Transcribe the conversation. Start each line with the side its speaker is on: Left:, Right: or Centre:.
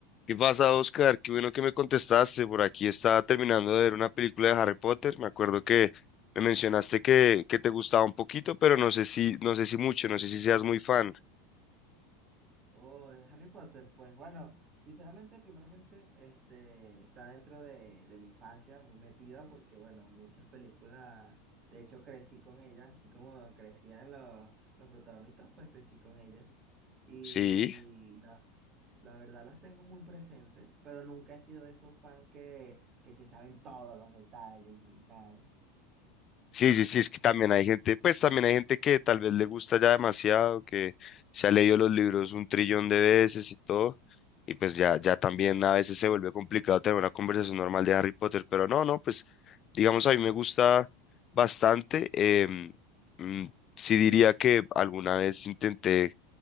Left: ¿Qué pasa, Oscar? Qué bueno que me contestaste. Por aquí estaba terminando de ver una película de Harry Potter. Me acuerdo que me mencionaste que, que te gustaba un poquito, pero no sé si, no sé si mucho, no sé si seas muy fan.
Right: Oh, de Harry Potter, pues bueno, sinceramente, primeramente, este, está dentro de, de mi infancia, muy metida, porque bueno, muchas películas, de hecho crecí con ellas, así como crecían los, los protagonistas, pues crecí con ellas. Y
Left: Sí.
Right: la, la verdad las tengo muy presentes, pero nunca he sido de esos fans que, que se saben todos los detalles y tal.
Left: Sí, sí, sí, es que también hay gente, pues también hay gente que tal vez le gusta ya demasiado, que se ha leído los libros un trillón de veces y todo, y pues ya, ya también a veces se vuelve complicado tener una conversación normal de Harry Potter, pero no, no, pues digamos a mí me gusta bastante, em, mm, sí diría que alguna vez intenté